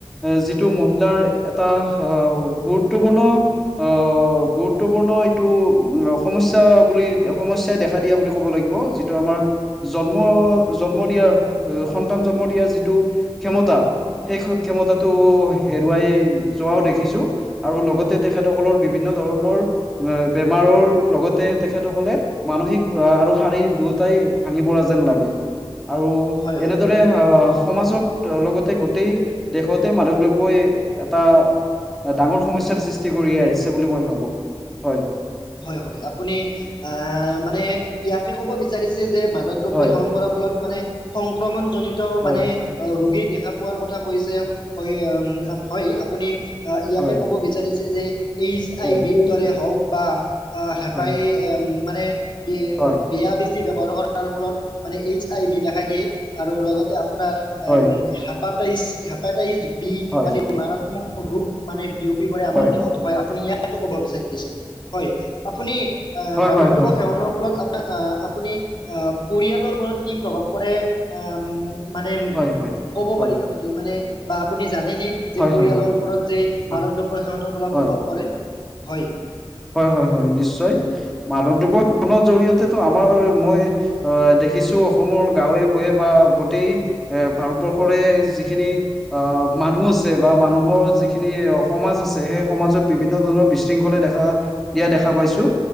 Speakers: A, in the centre; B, on the left.
A: এ যিটো মহিলাৰ। এটা আহ গুৰুত্বপূৰ্ণ আহ গুৰুত্বপূৰ্ণ এইটো অসমত। বুলি সমস্যাই দেখা দিয়া বুলি ক'ব লাগিব যিটো আমাৰ জন্ম জন্ম। দিয়া সন্তান জন্ম দিয়া যিটো ক্ষমতা। সেই ক্ষমতাটো হেৰুৱাই যোৱাও দেখিছো। আৰু লগতে তেখেতসকলৰ বিভিন্ন ধৰণৰ। বেমাৰৰ লগতে তেখেতসকলে মানসিক আহ আৰু শাৰীৰিক দুয়োটাই ভাঙিব। যেন লাগে আৰু
B: হয় হয়
A: এনেদৰে
B: হয়
A: আহ সমাজত লগতে গোটেই। দেশতে মাদক দ্ৰব্যই। এটা ডাঙৰ সমস্যাৰ সৃষ্টি কৰি আহিছে বুলি মই ভাবো হয়।
B: হয় হয় আপুনি আহ মানে ইয়াকে ক'ব বিচাৰিছে। যে মাদক দ্ৰব্য
A: হয়
B: সেৱন কৰাৰ ফলত মানে সংক্ৰমণ জনিত
A: হয়
B: মানে ৰোগী। দেখা পোৱাৰ কথা কৈছে হয় হয় আপুনি ইয়াকে
A: হয়
B: ক'ব বিচাৰিছে যে। এইচ
A: হয়
B: আই ভিৰ
A: হয়
B: দৰে হওক বা। আহ হেঁপাহ
A: হয়
B: এ মানে
A: হয়
B: বেয়া বেজি ব্যৱহাৰ কৰাৰ ফলত। মানে এইচ আই বি দেখাই দিয়ে আৰু লগতে আপোনাৰ
A: হয়
B: হেপাটাইচ হেপাটাইচ। বি
A: হয়
B: আদি
A: হয়
B: মাৰাত্মক ৰূপ মানে। বিয়পি পৰে
A: হয়
B: আমাৰ দেহত হয় আপুনি ইয়াকে ক'ব বিচাৰিছিলে। হয় আপুনি
A: হয়
B: মাদক
A: হয়
B: দ্ৰব্য
A: হয়
B: সেৱনৰ ফলত। আপুনি আহ পৰিয়ালৰ ওপৰত কি প্ৰভাৱ পৰে আহ। মানে
A: হয় হয়
B: ক'ব
A: হয়
B: পাৰিব নেকি মানে বা আপুনি। জানেনে যে
A: হয়
B: পৰিয়ালৰ
A: হয় হয়
B: ওপৰত যে
A: হয়
B: মাদক দ্ৰব্য সেৱনৰ ফলত
A: হয়
B: প্ৰভাৱ পৰে হয়।
A: হয় হয় হয় নিশ্চয়, মাদক দ্ৰৱ্য ফলত জৰিয়তে তো আমাৰ মই অ। দেখিছো অসমৰ গাঁৱে ভূঞে বা গোটেই এ ভাৰতবৰ্ষৰে যিখিনি আহ। মানুহ আছে বা মানুহৰ যিখিনি সমাজ আছে সেই সমাজত বিভিন্ন ধৰণৰ বিশৃংখলে দেখা। দিয়া দেখা পাইছো